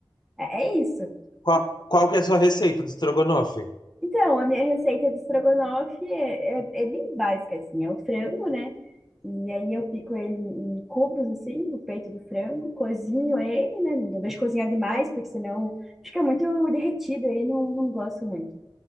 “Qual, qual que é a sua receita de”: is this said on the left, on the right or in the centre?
Left